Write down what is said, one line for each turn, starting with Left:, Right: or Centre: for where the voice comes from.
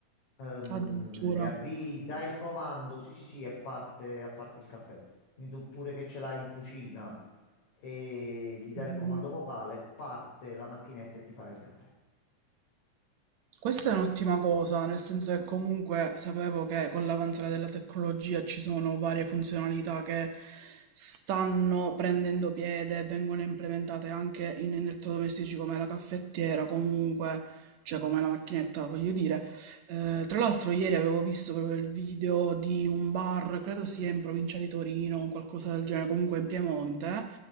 Left: Ehm,
Right: Addirittura.
Left: le avvii, dai il comando, sì, sì, sì, e parte a farti il caffè. Quindi tu pure che ce l'hai in cucina e gli dai
Right: Mhm.
Left: il comando vocale, parte la macchinetta e ti fa il caffè.
Right: Questa è un'ottima cosa, nel senso che comunque sapevo che con l'avanzare della tecnologia ci sono varie funzionalità che stanno prendendo piede e vengono implementate anche in elettrodomestici come la caffettiera, comunque, cioè come la macchinetta, voglio dire. Eh, tra l'altro ieri avevo visto proprio il video di un bar, credo sia in provincia di Torino, un qualcosa del genere, comunque in Piemonte,